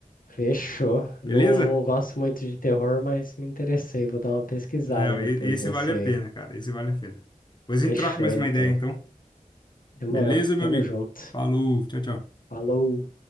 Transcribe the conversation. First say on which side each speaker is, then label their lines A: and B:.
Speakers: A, on the left (about 85°); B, on the left (about 30°).
A: Fechou. Não,
B: Beleza?
A: não gosto muito de terror, mas me interessei. Vou dar uma pesquisada
B: Não,
A: depois
B: e- esse
A: nesse
B: vale a
A: aí.
B: pena, cara. Esse vale a pena. Depois a
A: Fechou,
B: gente troca mais
A: então.
B: uma ideia, então.
A: Demorou.
B: Beleza,
A: Tamo
B: meu amigo?
A: junto.
B: Falou, tchau, tchau.
A: Falou.